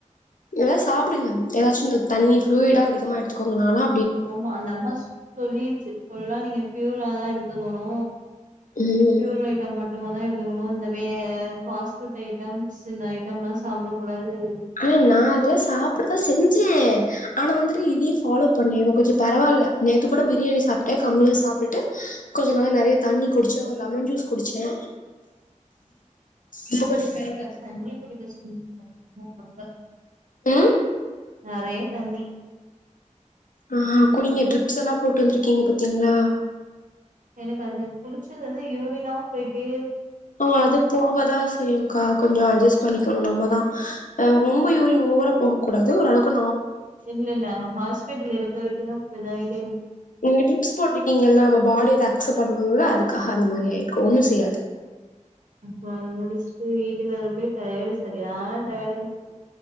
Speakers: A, on the left (about 80°); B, on the right (about 75°).
A: ஏதாவ் சாப்பிடுங்க ஏதாச்சு இந்த தண்ணி ஃப்ளூயிடா அதிகமா எடுத்துக்கோங்க னாலா
B: ஆமா நம்ம சொல்லிருச்சு சொல்லா நீங்க பியூல தா எடுத்து போணு
A: ம்
B: ஃபுயல் ஐட்டம் மட்டுமாதா இருக் இதுங்கனு இந்த வே ஃபாஸ்ட் ஃபுட் ஐட்டம்ஸ் இந்த ஐட்டம்லா சாப்பிட கூடாது
A: ஆனா நா அதெல்லா சாப்பிடதா செஞ்சே ஆனா வந்துட்டு இதையு ஃபாலோ பண்ணே இப்ப கொஞ்சோ பரவாயில்ல நேத்து கூட பிரியாணி சாப்பிட்டே கம்மியா சாப்பிட்டுட்டு கொஞ்ச நாள நறையா தண்ணி குடிச்சே ஒரு லெமன் ஜூஸ் குடிச்சே இப்ப கொஞ்சோ பரவால்ல
B: அத்தா தண்ணி குடிக்க <inaudible> <inaudible>
A: உ
B: நிறைய தன்
A: ஆஹ் குடிங்க டரிப்ஸ் எல்லாம் போட்டு வந்திருக்கீங்க பாத்தீங்களா
B: எனக்கு அது புடிச்சது வந்து யூரினாவும் போயிட்டு
A: ஆஹ அது போகாதான் செய்யும்்கா கொஞ்சம் அட்ஜஸ்ட் பண்ணி ம் நம்ம தான் ரொம்ப யூரின் ஓவர போகக்கூடாது ஒரு அவுக்கு
B: இல்ல இல்ல ஹாஸ்பிட்டல் இருக்க வரைக்குதா அத
A: நீங்க டிப்ஸ் போட்டிருக்கீங்கல்ல நம்ம பாடிக்ச்ட் பண்ணணும் அதுக்கு க்கஹா அந்த மாதிரி ஆயிருக்கும் ஒன்னும் செய்யாது
B: அப்புறம் அதை முடிச்சுட்டு வீட்டுக்கு வர போய் டயர்ட சரி ஆனாம் டயர்ட் ஆயிடுச்சு